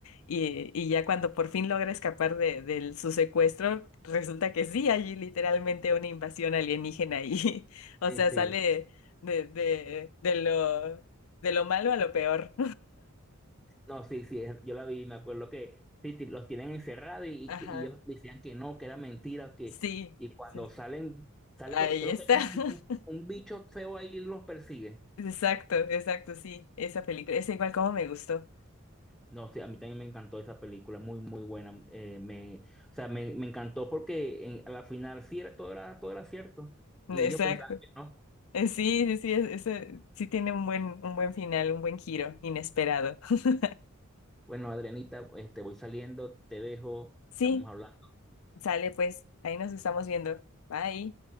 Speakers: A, on the left; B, in the centre.
A: Y, y ya cuando por fin logra escapar de, de su secuestro, resulta que sí, hay literalmente una invasión alienígena ahí <laughs> o
B: sí,
A: sea,
B: sí.
A: sale de, de, de lo, de lo malo a lo peor.
B: No, sí, sí, es- yo la vi, me acuerdo que sí, ti- los tienen encerrados y, y
A: <laughs> Ajá,
B: que- y ellos decían que no, que era mentira, que,
A: sí,
B: y cuando
A: sí,
B: salen, sale,
A: ahí
B: co- creo
A: está.
B: que hay un
A: <laughs>
B: un bicho feo ahí y los persigue.
A: Exacto, exacto, sí, esa película, es igual como me gustó.
B: No, sí, a mí también me encantó esa película, muy, muy buena. eh, me, o sea, me, me encantó porque en- a la final sí era, todo era, todo era cierto.
A: Exacto.
B: Y yo pensaba que no.
A: Eh, Sí, sí, sí, es- ese sí tiene un buen, un buen final, un buen giro inesperado. <laughs>
B: Bueno, Adrianita, este, voy saliendo, te dejo,
A: Sí,
B: estamos hablando.
A: sale pues, ahí nos estamos viendo. Bye.